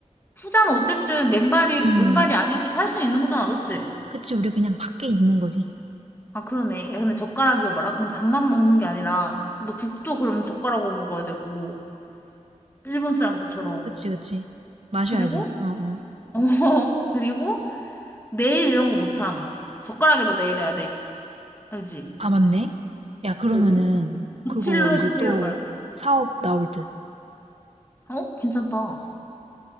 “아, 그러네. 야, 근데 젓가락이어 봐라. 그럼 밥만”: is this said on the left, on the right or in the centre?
Left